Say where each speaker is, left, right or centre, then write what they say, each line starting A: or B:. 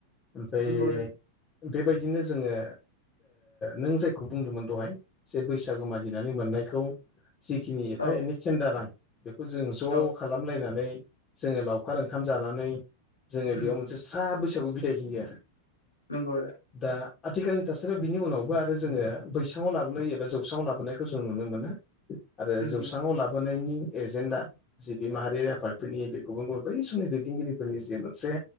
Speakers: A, on the left (about 30°); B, on the left (about 80°).
A: ओमफ्राय
B: नंगौ आदा
A: बेबायदिनो जोङो नों जायखौ बुंदोंमोन दहाय जे बैसागु मागिनानै मोननायखौ जिखिनि एफा
B: औ
A: एनै खेन्दा रां बेखौ जों ज'
B: औ
A: खालामलायनानै जोङो लावखार ओंखाम जानानै जोङो
B: उम
A: बेयाव स्रा बैसागु बिदाय होयो आरो।
B: नोंगौ आदा
A: दा आथिखालनि थासारियाव बिनि उनावबो आरो जोङो बैसाङाव लाबोनाय एबा जौस्राङाव लाबोनायखौ जों नुनो मोनो। आरो
B: उम
A: जौस्राङाव
B: उम
A: लाबोनायनि एजेन्डा जि बे माहारियारि आफादफोरनि बे गुबुन गुबुन बै समनि दैदेनगिरिफोरनि जि मोनसे